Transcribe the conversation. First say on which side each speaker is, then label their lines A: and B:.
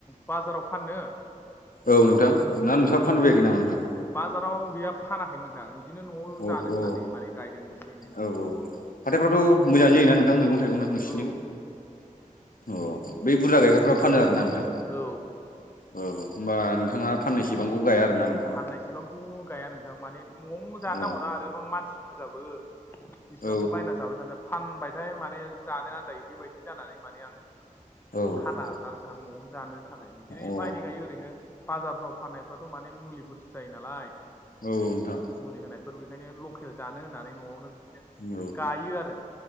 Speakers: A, on the left (about 15°); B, on the left (about 80°).
A: बाजाराव फाननो
B: औ नोंथां ना नोंथाङा फानबाय बायाखै नामा नोंथां
A: बाजाराव गैया फानाखैनो नोंथां बिदिनो न'आव
B: अ
A: जानो होननानै
B: अ
A: माने गायदों एसे एनै
B: औ औ हाथायफ्राथ'
A: औ
B: मोजां जायोना नोंथां मैगं थाइगंना बिदिनो
A: औ
B: अ
A: औ
B: बै बुरजा गायग्राफ्रा फानो आरोना नोंथां
A: औ
B: औ होमबा नोंथाङा फाननाय सेबांखौ गाया आरोना नोंथां
A: फाननायसेबांखौ गाया नोंथां माने न'आवनो जानो
B: अ
A: नांगौना आरो मानसि बुरजाबो बिसिबांथो
B: औ
A: बायना जाबाय थानो फानबायथाय माने जानो आनदायो बेबायदि जानानै माने आं
B: औ अ
A: फाना आरोना नोंथां न'आवनो जानो थाखाय बिदिनो
B: औ
A: एफा एनै गायो ओरैनो बाजारफ्राव फाननायफ्राथ' माने माने मुलिफोरसो जायो नालाय
B: औ औ नोंथां
A: मुलि होनायफोर बेखायनो लकेल जानो होननानै न'आवनो बिदिनो
B: औ
A: गायो आरो